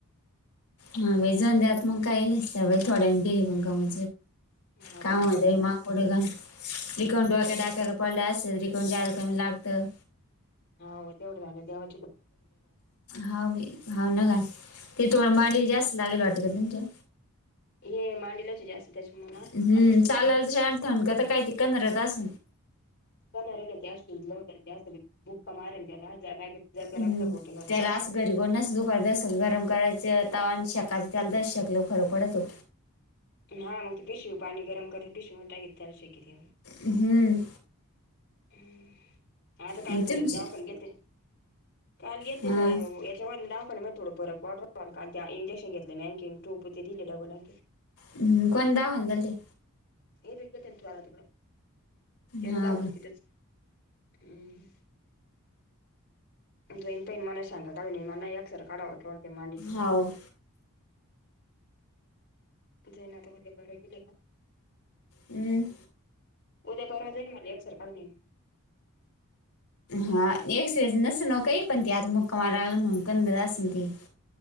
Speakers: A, on the left; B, on the left.
A: हा बा जाऊन द्याात मग काही थोड्या गिरी पण का म
B: हा
A: काम
B: बाई तेवढं
A: होत
B: झालं.
A: माग पुढं घण लिकवन डोवाक्या डाकय पडलं असत लिकवं जाज कमी लागतं
B: हो हो तेवढं झालंव
A: हव मी हाव नका त तोड
B: हम्म
A: माली जास्त लागेल वाट करतच्या
B: हे मांडलाचे जास्त त्याच्यामुळ ना
A: हम्म
B: असं
A: चालाल त अथण काता काय त कधऱ्यात अस
B: चरे ना त्या शिजलं होत त्या सग बुक्का मारे त्याला जक्त
A: हम्म
B: बोटेल होता
A: त्याला असं घरी कोंनाच दुपारी दस गरम करायचे तावन शेकाच तेल दस शेकल फरक पडत हो
B: हा मग ते पिशवू पाणी गरम करते पिशवू टाक ल श किे
A: हम्म
B: हमं आता काल
A: आणि
B: थोडच
A: तुमची
B: ावखन गेलते काल गेलते
A: हा
B: याच्यावर दाखन मग थोडं परतॉ इंजेक्शन घेतलं मँ टु ते दिले डबलँ
A: हम् कोण द होन गलदी
B: हे रक तन त वाारत तेरादाा
A: हा
B: होलं
A: का
B: तिथंच हम्म जईन पन मना शांग काढून म नाही असर काढावरटते मांडीचा
A: होव
B: जय ना हो बहिले का
A: हम्म
B: उद्या बरा जाई मला एक सरख वे
A: हा एकक्स वेज नस न काही पण तेी आता मक्कामा लागला म्हणून कंद अस तेी